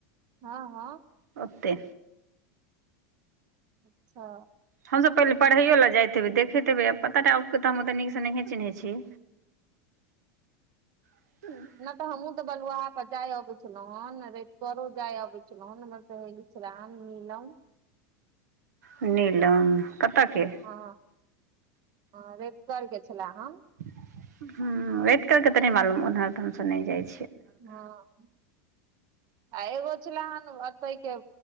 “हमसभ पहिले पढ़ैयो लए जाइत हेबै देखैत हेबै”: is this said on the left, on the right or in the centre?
Right